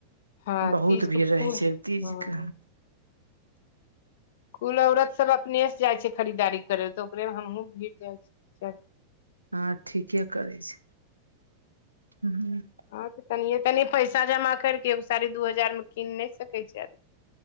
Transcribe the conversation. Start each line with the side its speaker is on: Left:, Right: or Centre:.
Left: हँ
Right: बहुत
Left: तीज
Right: भीड़
Left: कपूर
Right: रहै छै
Left: हँ
Right: तीज के
Left: कुल औरत सब अपने सँ जाइ छै खरीदारी करै ल तऽ ओकरे म हमहूँ भीर जाइ छी चल
Right: हँ ठीके करै छै ह
Left: हँं तऽ तनिये तनि पैसा जमा केर कऽ एगो साड़ी दू हजार मे कीन नय सकै छै आदमी